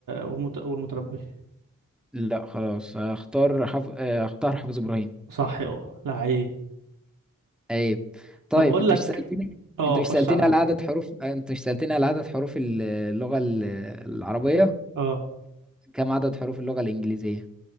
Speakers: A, on the right; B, in the centre.
A: والمت... والمتنبي
B: لا خلاص هختار حف... آه، هختار حافظ ابراهيم
A: صح اه لعيب
B: ايوه طيب
A: طب بقول
B: انت
A: لك
B: مش سألتني
A: اه
B: انت مش
A: خش
B: سألتني
A: عليا
B: على عدد حروف آه، انت مش سألتني على عدد حروف ال- اللغة ال- العربية
A: اه
B: كم عدد حروف اللغة الإنجليزية